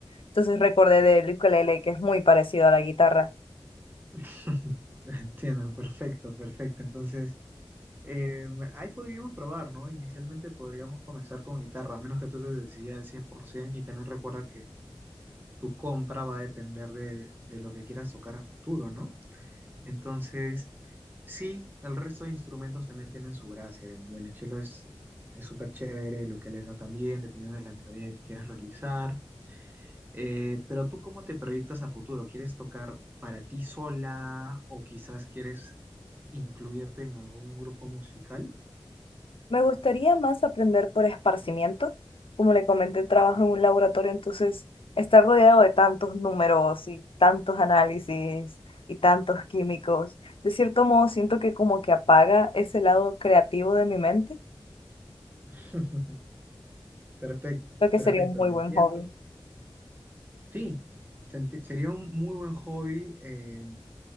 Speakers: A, on the left; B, on the right.
A: Entonces recordé del ukelele que es muy parecido a la guitarra.
B: <laughs> Entiendo, perfecto, perfecto. Entonces... Eh, ahí podríamos probar, ¿no? Inicialmente podríamos comenzar con guitarra, a menos que tú te decidas al 100%, y también recuerda que tu compra va a depender de, de lo que quieras tocar a futuro, ¿no? Entonces, sí, el resto de instrumentos también tienen su gracia. El violonchelo es es súper chévere, el ukelele también, dependiendo de la melodía que quieras realizar. Eh, pero tú, ¿cómo te proyectas a futuro? ¿Quieres tocar para ti sola o quizás quieres incluirte en algún grupo musical?
A: Me gustaría más aprender por esparcimiento. Como le comenté, trabajo en un laboratorio, entonces estar rodeado de tantos números y tantos análisis y tantos químicos, de cierto modo siento que como que apaga ese lado creativo de mi mente,
B: <laughs> Perfecto,
A: lo que
B: perfecto,
A: sería un muy
B: lo
A: buen
B: entiendo.
A: hobby.
B: Sí, senti- sería un muy buen hobby. eh,